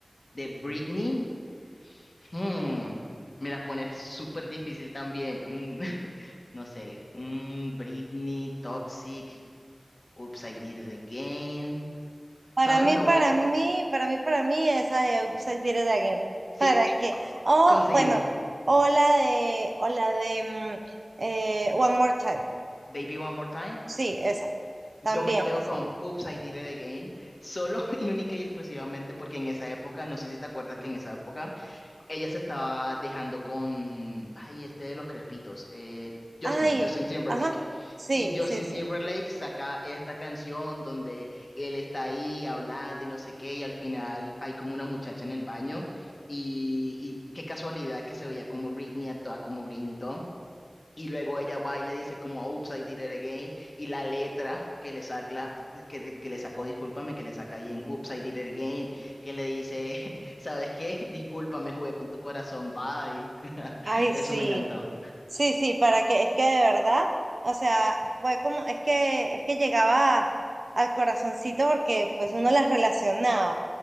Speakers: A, on the left; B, on the right.
A: De Britney. Mm, me la pones súper difícil también. Mm, <laughs> no sé. mm, Britney, Toxic, Oops, I Did It Again.
B: Para
A: ¿Sabes?
B: mí,
A: Me
B: para
A: voy a que
B: mí, para mí, para mí, esa de Upside Did It Again.
A: Sí,
B: ¿Para qué? O,
A: conseguimos.
B: bueno, o la de, o la de mm, eh, One More Time.
A: Baby One More Time.
B: Sí, esa,
A: Yo
B: también.
A: me quedo
B: O sea,
A: con Oops, I Did It Again. Solo <laughs> y única y exclusivamente porque en esa época, no sé si te acuerdas que en esa época Ella se estaba dejando con, ay, este de los crespitos, eh, Justin,
B: Ay,
A: Justin Timberlake.
B: ajá, sí,
A: Y Justin
B: sí,
A: Timberlake
B: sí.
A: saca esta canción donde él está ahí hablando y no sé qué, y al final hay como una muchacha en el baño. Y, y qué casualidad que se veía como Britney, actuaba como Britney y todo. Y luego ella va y le dice como, oops, I did it again. Y la letra que le saca, que, que le sacó, discúlpame, que le saca ahí en oops, I did it again, que le dice, <laughs> ¿sabes qué? Discúlpame, jugué con tu corazón, bye. <laughs>
B: Ay,
A: Eso
B: sí,
A: me encantó.
B: sí, sí, para que, es que de verdad, o sea, fue como, es que, es que llegaba al corazoncito porque pues uno las relacionaba.